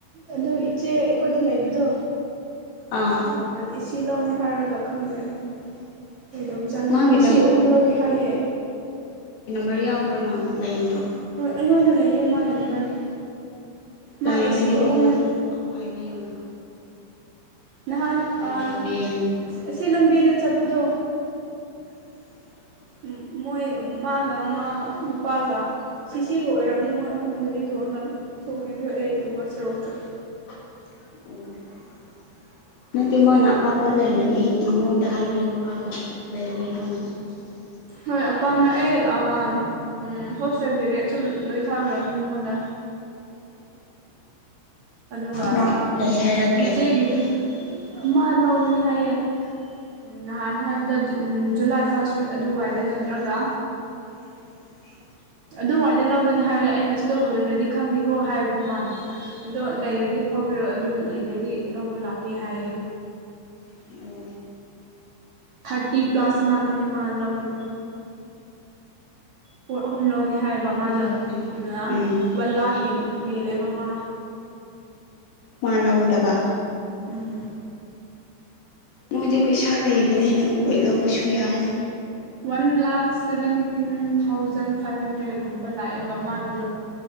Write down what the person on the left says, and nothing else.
ꯑꯥ
ꯃꯥꯒꯤ
ꯅꯝ
ꯐꯔ ꯌꯥꯎꯗ꯭ꯔꯣ ꯅꯪ ꯂꯩꯗ꯭ꯔꯣ
ꯂꯩꯔꯗꯤ
ꯃꯉꯣꯟꯗ
ꯄꯥꯎ ꯍꯥꯏꯕꯤꯌꯨꯅ
ꯂꯩꯔꯦ ꯍꯥꯏꯅ
<inaudible>
<unintelligible> ꯂꯧꯁꯤꯟꯕ ꯉꯝꯗꯕ ꯅꯠꯇꯦ ꯃꯥꯅ ꯑꯄꯥꯝꯕ ꯂꯩꯔꯗꯤ ꯃꯉꯣꯟꯗ ꯍꯥꯏꯕꯤꯈ꯭ꯔꯣ ꯍꯥꯏꯕ ꯂꯩꯔꯦ ꯍꯥꯏꯅ ꯂꯧꯁꯤꯟꯕ ꯉꯝꯗꯕ
<inaudible>
ꯃꯥ
ꯀꯩ
ꯍꯥꯏꯔꯛꯀꯦ
<unintelligible>
ꯑꯣ
ꯌꯥꯝ
ꯅꯩꯕꯅꯦ
ꯎꯝ
ꯃꯥ ꯂꯧ ꯎꯗꯕ
ꯃꯣꯏꯗꯤ ꯄꯩꯁꯥ ꯂꯩꯕꯅꯤꯅ ꯍꯣꯏꯠ ꯂꯧꯕꯁꯨ ꯌꯥꯏꯗ